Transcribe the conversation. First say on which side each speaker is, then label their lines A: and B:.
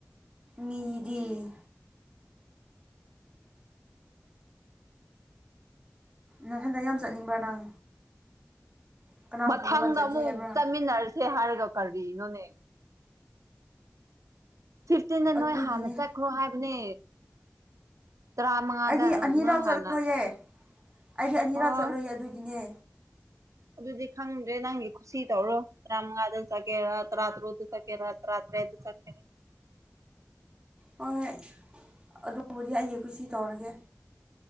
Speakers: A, on the right (about 20°); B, on the right (about 80°).
A: ꯃꯤꯗꯤ ꯅꯊꯟꯗ ꯌꯥꯝ ꯆꯠꯅꯤꯡꯕ꯭ꯔꯥ ꯅꯪ ꯀꯅꯥ
B: ꯃꯊꯪꯗ
A: ꯄꯨꯔꯒ ꯆꯠꯀꯦ
B: ꯑꯃꯨꯛ
A: ꯍꯥꯏꯕ꯭ꯔꯥ
B: ꯆꯠꯃꯤꯟꯅꯔꯁꯦ ꯍꯥꯏꯔꯒ ꯀꯔꯤꯅꯣꯅꯦ ꯐꯤꯐꯇꯤꯟꯗ
A: ꯑꯗꯨꯒꯤꯅꯦ
B: ꯅꯣꯏ ꯍꯥꯟꯅ ꯆꯠꯈ꯭ꯔꯣ ꯍꯥꯏꯕꯅꯦ ꯇꯔꯥꯃꯉꯥꯗ
A: ꯑꯩꯗꯤ ꯑꯅꯤꯔꯥꯛ
B: ꯅꯣꯏ ꯍꯥꯟꯅ
A: ꯆꯠꯂꯣꯏꯌꯦ ꯑꯩꯗꯤ ꯑꯅꯤꯔꯛ
B: ꯑꯣ
A: ꯆꯠꯂꯣꯏꯌꯦ ꯑꯗꯨꯒꯤꯅꯦ
B: ꯑꯗꯨꯗꯤ ꯈꯪꯗ꯭ꯔꯦ ꯅꯪꯒꯤ ꯈꯨꯁꯤ ꯇꯧꯔꯣ ꯇꯔꯥꯃꯉꯥꯗ ꯆꯠꯀꯦꯔꯥ ꯇꯔꯥꯇꯔꯨꯛꯇ ꯆꯠꯀꯦꯔꯥ ꯇꯔꯥꯇꯔꯦꯠꯇ ꯆꯠꯀꯦꯔ
A: ꯍꯣꯏ ꯑꯗꯨꯕꯨꯗꯤ ꯑꯩꯒꯤ ꯀꯨꯁꯤ ꯇꯧꯔꯒꯦ